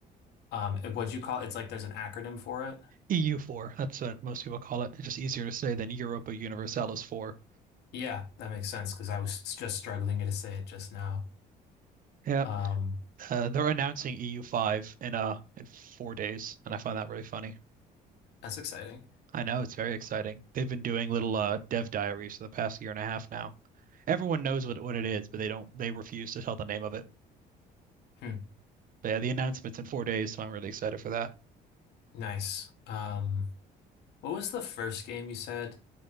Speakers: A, on the left; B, on the right.
A: Um and what'd you call it? It's like there's an acronym for it.
B: EU4. That's what most people call it. It's just easier to say than Europa Universalis 4.
A: Yeah, that makes sense because I was just struggling to say it just now.
B: Yep.
A: Um
B: Uh, they're announcing EU5 in uh in four days, and I find that really funny.
A: that's exciting.
B: I know it's very exciting. They've been doing little uh dev diaries for the past year and a half now. Everyone knows what what it is, but they don't they refuse to tell the name of it.
A: Hmm,
B: But yeah, the announcement's in four days, so I'm really excited for that.
A: nice. Um What was the first game you said?